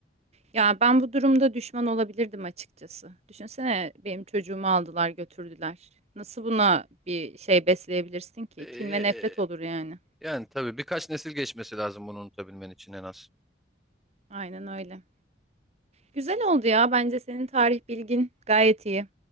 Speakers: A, on the right; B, in the centre.
A: Ya ben bu durumda düşman olabilirdim açıkçası. Düşünsene benim çocuğumu aldılar götürdüler. Nasıl buna bir şey besleyebilirsin ki?
B: Ee,
A: Kin ve nefret olur yani.
B: yani tabii birkaç nesil geçmesi lazım bunu unutabilmen için en az.
A: Aynen öyle. Güzel oldu ya. Bence senin tarih bilgin gayet iyi.